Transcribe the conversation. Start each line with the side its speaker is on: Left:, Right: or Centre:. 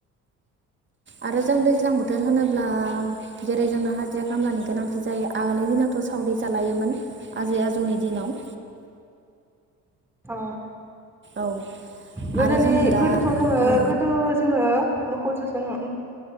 Right: आरो जों दैज्लां बोथोर होनोब्ला जेरै जोङो हाजिरा खामलानि गोनांथि जायो आगोलनि दिनावथ' सावरि जालायोमोन आजै आजौ जोंनि दिनाव।
Centre: औ
Right: औ
Centre: गोदोनि
Right: आरो जोङो दा
Centre: गोदोथ' जोङो
Right: औ
Centre: गोदो जोङो <unintelligible> मोखौ‌ जो <unintelligible>